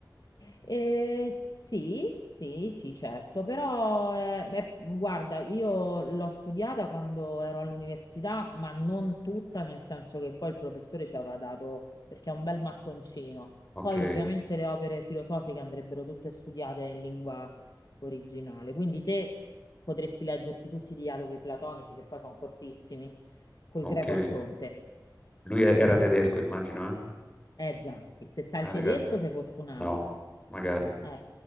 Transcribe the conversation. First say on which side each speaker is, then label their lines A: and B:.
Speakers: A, on the left; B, on the left.
A: Eh, sì, sì, sì, certo, però eh, beh, guarda, io l'ho studiata quando ero all'università, ma non tutta, nel senso che poi il professore ci aveva dato, perché è un bel mattoncino.
B: Ok,
A: Poi ovviamente le opere filosofiche andrebbero tutte studiate in lingua originale, quindi te potresti leggerti tutti i dialoghi platonici, che poi sono cortissimi, col
B: ok.
A: greco a fronte.
B: Lui era tedesco, immagino, eh?
A: Eh già, sì, se sai
B: Heidegger.
A: il tedesco sei fortunato.
B: No, magari.
A: Eh,